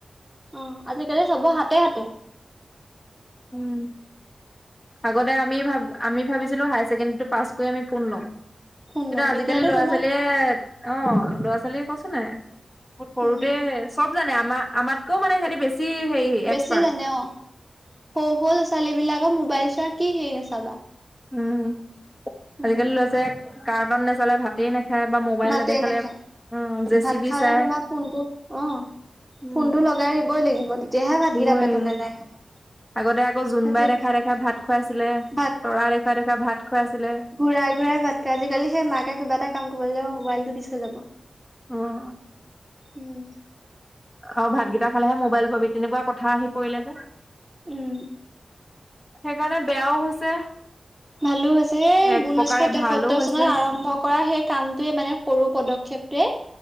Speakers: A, in the centre; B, on the left (about 25°).
A: অ', আজিকালি চবৰ হাতে হাতে।
B: উম। আগতে আমি ভা, আমি ভাবিছিলোঁ হায়াৰ ছেকেণ্ডৰীতো পাছ কৰি, আমি ফোন ল'ম।
A: ফোন
B: কিন্তু
A: ল'ম
B: আজিকালি
A: এতিয়াতো
B: ল'ৰা
A: তোমাক
B: ছোৱালীয়ে, অ', ল'ৰা ছোৱালীয়ে কৈছোনে নাই। বহুত সৰুতেই
A: উম
B: চব জানে, আমাৰ আমাতকেও মানে সিহঁতি বেছি যি হেৰি
A: বেছি
B: এক্সপাৰ্ট।
A: জানে অ সৰু সৰু' ল'ৰা ছোৱালীবলাকৰ মোবাইল চোৱাৰ কি হেৰি নাচাবা।
B: উম,
A: উম
B: আজিকালি ল'ৰা ছোৱালীয়ে কাৰ্টন নেচালে ভাতেই নেখ খাই বা মোবাইল
A: ভাতে
B: নেদেখালে
A: নেখায়
B: জে
A: ভাত
B: চি বি
A: খাওঁতে
B: চাই।
A: তোমাৰ ফোনটো অ
B: উম,
A: ফোনটো লগাই দিবই লাগিব, তেতিয়াহে ভাতকেইটা
B: দিবই
A: পেটলৈ
B: লাগিব।
A: যাই সিহঁতৰ।
B: আগতে আকৌ জোনবাই
A: আজি
B: দেখুৱাই দেখুৱাই ভাত খুৱাইছিলে,
A: ভাত
B: তৰা দেখুৱাই দেখুৱাই ভাত খুৱাইছিলে।
A: প্ৰাই বোৰে ভাত খাই, আজিকালি সেই মাকে কিবা এটা কাম কৰি বলে মবাইলটো দি থৈ যাব।
B: অ'
A: উম।
B: অ, ভাতকেইটা খালেহে মোবাইল পাবি তেনেকুৱা কথা আহি পৰিলে যে।
A: উম।
B: সেইকাৰণে বেয়াও হৈছে।
A: ভালো হৈছে, এই
B: এক
A: উঊনৈশ
B: প্ৰকাৰে
A: তেসত্তৰ
B: ভালো হৈছে
A: চনত আৰম্ভ কৰা সেই কামটোৱে মানে সৰু পদক্ষেপটোৱে